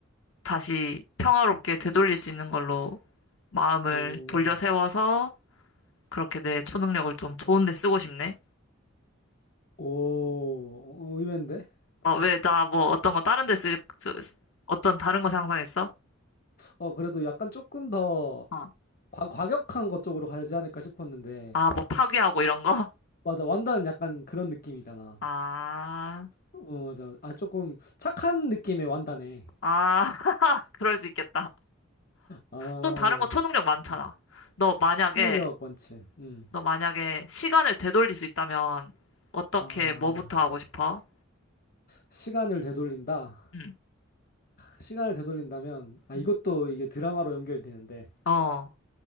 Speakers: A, on the left; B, on the left.
A: 다시 평화롭게 되돌릴 수 있는 걸로 마음을
B: 오,
A: 돌려 세워서 그렇게 내 초능력을 좀 좋은 데 쓰고 싶네.
B: 오, 의외인데?
A: 어, 왜 나 뭐 어떤 거 다른 데 쓸, 저- 어떤 다른 거 상상했어?
B: 어, 그래도 약간 조금 더
A: 어.
B: 과, 과격한 것 쪽으로 가지 않을까 싶었는데.
A: 아, 뭐 파괴하고 이런 거?
B: 맞아, 완다는 약간 그런 느낌이잖아.
A: 아,
B: 어, 맞아. 아, 조금 착한 느낌의 완다네.
A: 아, <laughs> 그럴 수 있겠다.
B: 어,
A: 또 다른 거 초능력 많잖아.
B: 음,
A: 너 만약에,
B: 초능력 완치. 음.
A: 너 만약에 시간을 되돌릴 수 있다면 어떻게,
B: 아,
A: 뭐부터 하고 싶어?
B: 시간을 되돌린다.
A: 응,
B: 시간을 되돌린다면, 아, 이것도
A: 응.
B: 이게 드라마로 연결되는데.
A: 어,